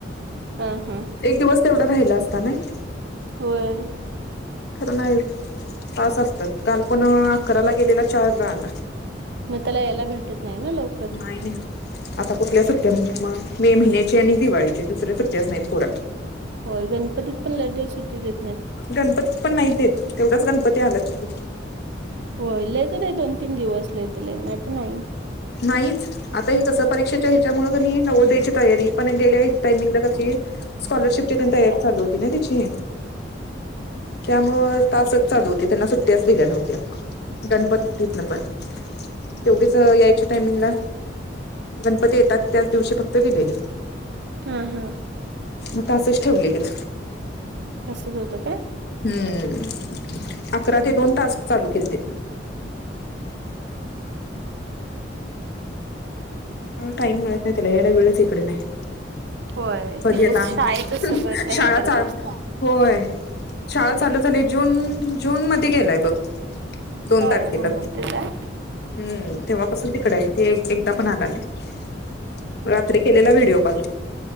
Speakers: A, on the right; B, on the left.
A: हा हा
B: एक दिवस तेवढ राहिला असता नई
A: होय
B: नाही तास असतात काल पण करायला गेलेला चार दांडा...
A: मग त्याला यायला भेटत नाही ना लवकर
B: नाही.. नाही.. आता कुठला सुट्ट्या मग.. मे महिन्याचे आणि दिवाळीचे दुसरा सुट्ट्या नाही पुढ.
A: हो.. गणपती पण लय दिवस सुट्टी देत नाही.
B: गणपती पण नाही देत, तेवढच गणपती आलाच की
A: होय.. लय झाले दोन- तीन दिवस लई झाले, नाही तर नाही.
B: नाहीच.. आता हे कसं परीक्षेच्या ह्याच्यामुळ कनय नवोद्यायची तयारी पण गेल्या टाइमिंगला कशी स्कॉलरशिपची पण तयारी चालू होती ना तिची. त्यामुळं तासच चालू होते, त्यांना सुट्ट्याच दिल्या नव्हत्या गणपतीतन पण. तेवढीच यायच्या टायमिंगला, गणपती येतात त्याच दिवशी फक्त दिलेली.
A: हम्म.. हम्म..
B: मग तासच ठेवलेलेत.
A: तासच होत काय?
B: हम्म.. अकरा ते दोन तास चालू केल ते. टाईम मिळत नाही यायला वेळच इकडे नाही.
A: होय
B: कधी
A: तिथेच
B: येता?
A: शाळेतच
B: ह्...
A: सगळं त्या
B: शाळा
A: हे करत
B: चा..
A: बसणार.
B: होय. शाळा चालू झाली, जून... जून मध्ये गेलाय बघ. दोन
A: होय
B: तारखेला.
A: तिथेच आहे.
B: हम्म.. तेव्हापासून तिकड आहे ते एकदा पण आला नाही, रात्री केलेला वे देव पाल